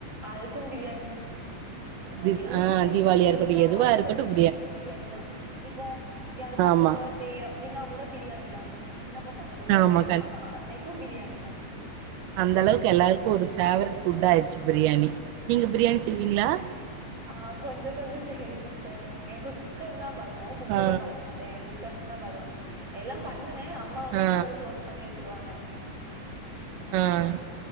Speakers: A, on the right (about 30°); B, on the right (about 75°).
A: அதுக்கு பிரியாணி
B: தி
A: எல்லாமே
B: ஆ தீபாவளியா
A: எல்லா
B: இருக்கட்டும், எதுவா
A: ஃபங்க்ஷனுக்குமே
B: இருக்கட்டும்
A: பிரியாணி தா இப்போ யாருக்காச்சும்
B: ஆமா.
A: பேர்த்டே அப்டின்னா கூட பிரியாணி தா சின்ன பசங்களுக்கு பேர்டே
B: ஆமா
A: னா அன்னைக்கு பிரியாணி தா
B: அந்தளவுக்கு எல்லாருக்கு ஒரு ஃபேவரட்
A: ம்.
B: புட் ஆயிடுச்சு பிரியாணி நீங்க பிரியாணி செய்வீங்ளா
A: ஆ கொஞ்ச கொஞ்ச தெரியு சிஸ்டர் எனக்கு குக்கர்னா பயோ குக்கர்ல
B: ஆ.
A: பண்ண மாட் டே குக்கர்னா பயோ எல்லா பண்ணுவே அம்மா வந்து
B: ஆ,
A: குக்கர குளோஸ் பண்ணி வச்சிருவாங்க அப்டிதா
B: ஆ.